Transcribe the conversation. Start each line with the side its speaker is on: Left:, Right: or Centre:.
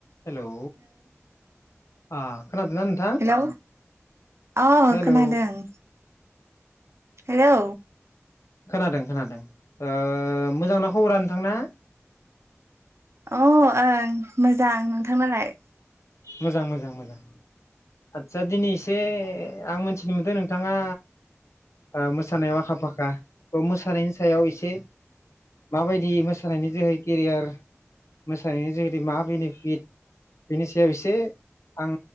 Left: Hello आ खोनादों ना नोंथा
Right: हेलौ अ
Left: हेलौ
Right: खोनादों हेलौ
Left: खोनादों-खोनादों ओ मोजांना खबरा नोंथांना?
Right: अ ओं मोजां नोंथांनालाय?
Left: मोजां-मोजां-मोजां आदसा दिनै एसे आं मोनथिनो मोनदों नोंथाङा अ मोसानायाव आखा फाखा थ' मोसानायनि सायाव एसे माबायदि मोसानायनि जोहै केरियार मोसानायनि जोहैै मा बेनिफिट बेनि सो सायाव एसे आं